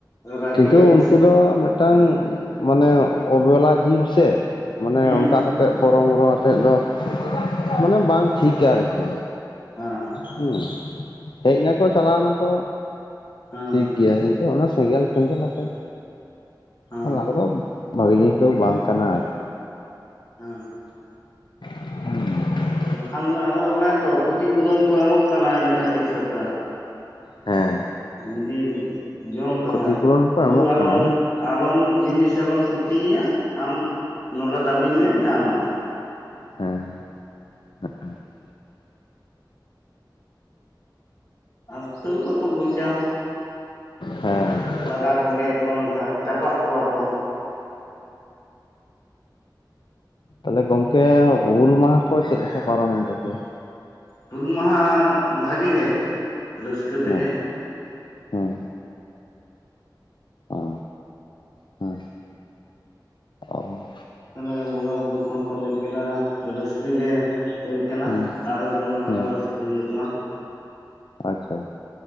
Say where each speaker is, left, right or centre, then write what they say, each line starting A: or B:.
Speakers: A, on the left; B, on the left.
A: ᱨᱟᱹᱜᱤ
B: ᱠᱤᱱᱛᱩ
A: ᱟᱹᱲᱤᱥ
B: ᱩᱱᱠᱩ ᱫᱚ ᱢᱤᱫᱴᱟᱝ ᱢᱟᱱᱮ ᱚᱵᱮᱞᱟ ᱡᱤᱵ ᱥᱮ ᱢᱟᱱᱮ
A: ᱦᱩᱸ
B: ᱚᱱᱠᱟ ᱠᱟᱛᱮ ᱟᱛᱮᱫ ᱯᱚᱨᱚᱢᱚᱨᱚ ᱟᱛᱮᱫ ᱫᱚ ᱢᱟᱱᱮ ᱵᱟᱝ ᱴᱷᱤᱠᱟ ᱟᱨᱠᱤ᱾
A: ᱦᱮᱸ
B: ᱦᱩᱸ ᱦᱮᱡ ᱱᱟᱠᱚ ᱪᱟᱞᱟᱣ ᱱᱟᱠᱚ
A: ᱦᱮᱸ
B: ᱴᱷᱤᱠ ᱜᱮᱭᱟ ᱠᱤᱱᱛᱩ ᱚᱱᱟ ᱥᱮᱸᱜᱮᱞ ᱥᱮᱸᱜᱮᱞ ᱟᱛᱮᱫ
A: ᱦᱮᱸ
B: ᱚᱱᱟ ᱠᱚᱫᱚ ᱵᱷᱟᱜᱤ ᱡᱤᱱᱤᱥ ᱫᱚ ᱵᱟᱝ ᱠᱟᱱᱟ ᱟᱨᱠᱤ᱾
A: ᱦᱮᱸ
B: <unintelligible>
A: ᱵᱟᱠᱷᱟᱱ ᱟᱫᱚ ᱚᱱᱮ ᱛᱚ ᱠᱷᱚᱛᱤ ᱯᱩᱨᱚᱱ ᱠᱚ ᱮᱢᱚᱜ ᱠᱟᱱᱟ ᱤᱱᱟᱹ ᱠᱷᱟᱹᱛᱤᱨ ᱥᱚᱨᱠᱟᱨ᱾
B: ᱦᱮᱸ
A: ᱡᱩᱫᱤ ᱡᱚᱢ ᱛᱟᱢᱟᱭ
B: ᱠᱷᱚᱛᱤ ᱯᱩᱨᱚᱱ ᱦᱚᱸᱠᱚ
A: ᱛᱵᱩ
B: ᱮᱢᱚᱜ
A: ᱟᱞᱚᱢ᱾
B: ᱠᱟᱱᱟ
A: ᱟᱞᱚᱢ ᱡᱤᱱᱤᱥ ᱟᱞᱚᱢ ᱠᱷᱚᱛᱤᱭᱟ ᱟᱢ ᱱᱚᱰᱮ ᱫᱟᱹᱵᱤ ᱢᱮ ᱧᱟᱢᱟᱢ᱾
B: ᱦᱮᱸ <unintelligible>
A: ᱟᱛᱟᱹᱣ ᱵᱟᱠᱚ ᱵᱩᱡᱟ᱾
B: ᱦᱮᱸ
A: ᱞᱟᱜᱟ ᱠᱚ ᱜᱮᱭᱟ ᱠᱚ ᱱᱚᱝᱠᱟ ᱪᱟᱯᱟᱫ ᱠᱚᱣᱟ ᱠᱚ᱾
B: ᱛᱟᱦᱚᱞᱮ ᱜᱚᱝᱠᱮ ᱦᱩᱞ ᱢᱟᱦᱟ ᱠᱚ ᱪᱮᱫ ᱞᱮᱠᱟ ᱯᱟᱨᱚᱢᱮᱱ ᱛᱟᱯᱮᱭᱟ᱾
A: ᱦᱩᱞ ᱢᱟᱦᱟ ᱵᱷᱟᱜᱤ ᱜᱮ᱾ ᱨᱟᱹᱥᱠᱟᱹ ᱛᱮᱜᱮ
B: ᱟᱪᱪᱷᱟ ᱦᱮᱸ ᱚ ᱦᱮᱸ ᱚᱸ
A: ᱛᱟᱞᱮ ᱵᱚᱸᱜᱟ ᱵᱩᱨᱩ ᱠᱚ ᱦᱚᱸ ᱠᱚ ᱞᱟᱹᱭ᱾ ᱠᱮᱫᱟ ᱨᱟᱹᱥᱠᱟᱹ ᱜᱮ ᱦᱩᱭ ᱠᱟᱱᱟ
B: ᱦᱩᱸ
A: ᱟᱨᱚ ᱡᱮᱢᱚᱱ ᱟᱨᱚ
B: ᱦᱩᱸ
A: ᱨᱟᱹᱥᱠᱟᱹᱭᱩᱜ ᱢᱟ᱾
B: ᱟᱪᱪᱷᱟ